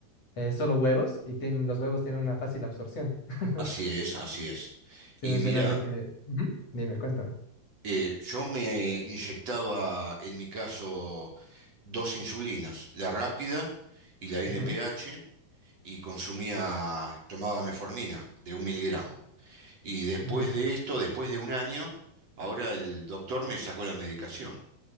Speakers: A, on the left; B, on the right.
A: eh, solo huevos y tienen- los huevos tienen una fácil absorción. <laughs>
B: así es, así es.
A: Sin
B: Y
A: mencionar
B: mira,
A: de que... Ujú, Dime, cuéntame.
B: eh, yo me inyectaba, en mi caso, dos insulinas, la rápida y la NPH
A: Ujú,
B: y consumía, tomaba meformina de un miligramo. Y después
A: ujú,
B: de esto, después de un año, ahora el doctor me sacó la medicación.